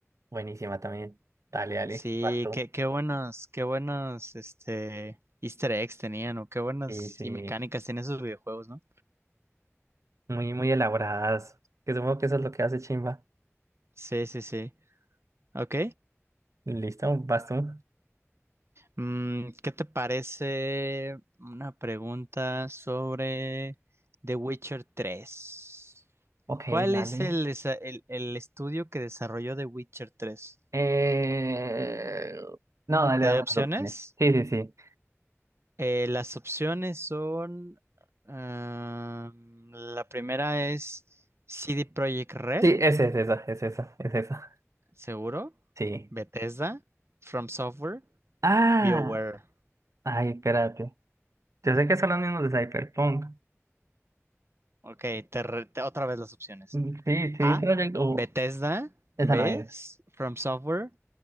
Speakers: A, on the right; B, on the right.
A: Buenísima también. Dale, dale,
B: Sí,
A: vas tú.
B: qué, qué buenos, qué buenos, este, Easter eggs tenían, o qué buenas
A: Sí, sí.
B: y mecánicas tienen esos videojuegos, ¿no?
A: Muy, muy elaboradas. Que supongo que eso es lo que hace Chimba.
B: Sí, sí, sí. Ok.
A: Listo, vas tú.
B: Mm, ¿qué te parece una pregunta sobre The Witcher tres?
A: Ok,
B: ¿Cuál
A: dale.
B: es el, desa- el, el estudio que desarrolló The Witcher tres?
A: Eh... No, dale,
B: ¿Te
A: dame
B: doy opciones?
A: las opciones. Sí, sí, sí.
B: Eh, las opciones son... am, la primera es CD Projekt Red,
A: Sí, es, es esa, es esa, es esa.
B: seguro.
A: Sí.
B: Bethesda, From Software,
A: Ah,
B: BioWare.
A: ay, espérate. Yo sé que son los mismos de Cyberpunk.
B: Ok, te re- te- otra vez las opciones.
A: Mm, Sí, sí,
B: A,
A: Project o
B: Bethesda,
A: esa
B: B,
A: no era.
B: S- From Software,